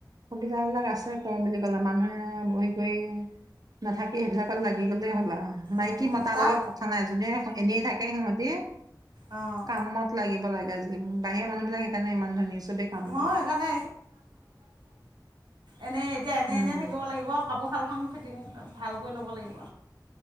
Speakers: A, on the right; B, on the right.
A: সুবিধাবিলাক আছে কৰওঁ বুলি ক'লে মানুহে বহি কৰি নাথাকি সেইবিলাকত লাগি গ'লেই হ'ল আৰু মাইকী
B: উম,
A: মতাৰ
B: তাত
A: লগত কথা নাই যোনে এনে থাকে সিহঁতিয়ে।
B: অঁ,
A: কামত লাগিব লাগে যে বাহিৰৰা মানুহবিলাক সেইকাৰণে ইমান ধনী চবেই কাম
B: মই
A: কৰে
B: সেইকাৰণে এনে এতিয়া এনে
A: উম
B: এনে থাকিব লাগিব কাপোৰ খাল খাম ফিটিং ভালকৈ ল'ব লাগিব